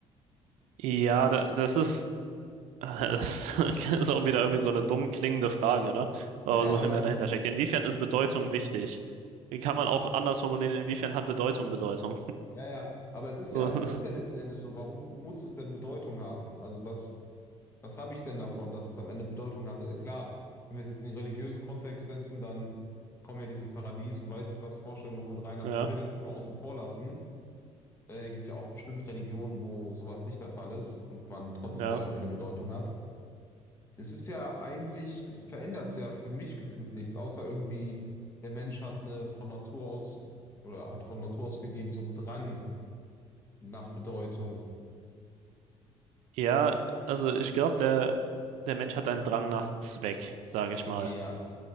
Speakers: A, on the right (about 85°); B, on the left (about 25°).
A: Ja, da, das ist. Äh, Das <laughs> ist auch wieder irgendwie so eine dumm klingende Frage, ne? Aber
B: Ja, ja,
A: so
B: aber
A: viel mehr
B: das
A: dahinter
B: ist,
A: steckt. Inwiefern ist Bedeutung wichtig? Wie kann man auch anders formulieren, inwiefern hat Bedeutung Bedeutung? <laughs>
B: ja, ja, aber es ist
A: So,
B: ja, es ist ja letzten Endes so, warum muss es denn Bedeutung haben? Also was, was habe ich denn davon, dass es am Ende Bedeutung hatte? Äh, Klar, wenn wir es jetzt in den religiösen Kontext setzen, dann kommen ja diese Paradies und weiß nicht was Vorstellungen noch mit rein. Aber
A: Ja,
B: wenn wir das jetzt mal außen vor lassen, äh, gibt ja auch bestimmt Religionen, wo sowas nicht der Fall ist und man trotzdem
A: ja.
B: da irgendwie eine Bedeutung hat. es ist ja eigentlich, verändert es ja für mich gefühlt nichts, außer irgendwie, der Mensch hat eine von Natur aus oder hat von Natur aus gegeben so einen Drang nach Bedeutung.
A: Ja, also ich glaube, der, der Mensch hat einen Drang nach Zweck, sage ich
B: Ja,
A: mal.